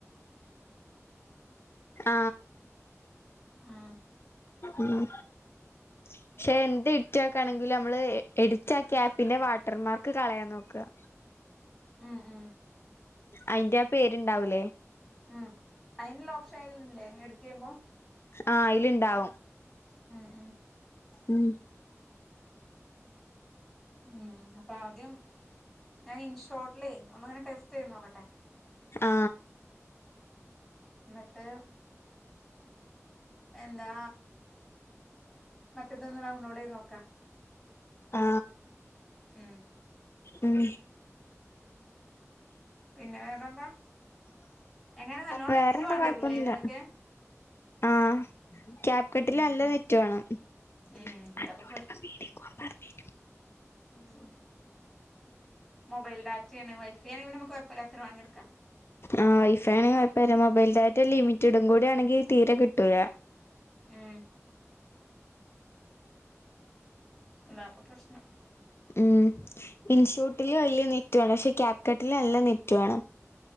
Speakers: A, on the left; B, in the centre.
A: ആ
B: ആഹ്
A: ഉം. പക്ഷെ എന്ത് എഡിറ്റിക്കാണെങ്കിലും നമ്മള് എഡിറ്റാ ക്യാപ്പിന്റെ വാട്ടർമാർക്ക് കളയാൻ നോക്കുക.
B: ഉം ഉം
A: അയിന്റെ ആ പേരുണ്ടാവൂലേ?
B: ഉം. അതിനുള്ള ഓപ്ഷൻ ഇല്ലേ എഡിറ്റ് ചെയ്യുമ്പോ?
A: ആ അതിലുണ്ടാവും.
B: ഉം. ഉം.
A: ഉം
B: ഉം. അപ്പൊ ആദ്യം ഞാൻ ഇൻഷോർട്ടിലെ ഒന്നങ്ങനെ ടെസ്റ്റ് ചെയ്ത് നോക്കട്ടെ.
A: ആ
B: എന്നിട്ട്? എന്താ? റ്റേത് ഒന്ന് ഡൗൺലോഡ് ചെയ്ത് നോക്കാം.
A: ആ
B: ഉം
A: ഉം
B: പിന്നെ വേറെന്താ എങ്ങനെ നല്ലോണം
A: വേറെണ്ട
B: നെറ്റ് വേണ്ടി
A: കൊഴപ്പൊന്നില്ല
B: വരൂലേ ഇതിനൊക്കെ
A: ആ ക്യാപ്കട്ടിൽ
B: ഉം
A: നല്ല
B: അ
A: നെറ്റ വേന്നം <unintelligible>
B: ഉം അതപ്പൊ ആ മൊബൈൽ ഡാറ്റിയണ് വൈഫൈ ആണെങ്കിൽ നമുക്ക് കൊയപ്പല്ലാത്രും വാങ്ങിടുക്കാം
A: ആ വൈഫൈ ആണ മൊബൈൽ ഡാറ്റ ലിമി ചറ്റിടും കൂടിയ ആണെങ്കി തീരെ കിട്ടൂയാ
B: ഉം അതാപ്പൊ പ്രശ്നം
A: ഉം ഇൻഷൂട്ടില് വലിയ നെറ്റ് ആണ് പക്ഷെ ക്യാപ്കട്ടില് നല്ല നെറ്റ് റ്റാണ്